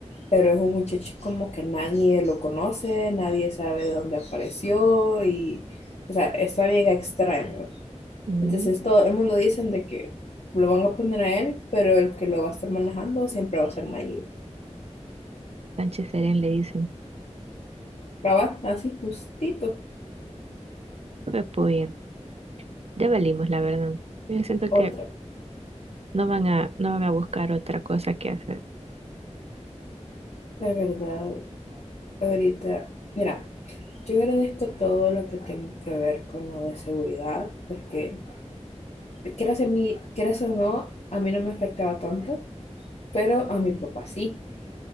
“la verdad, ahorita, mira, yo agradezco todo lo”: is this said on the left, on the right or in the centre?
Left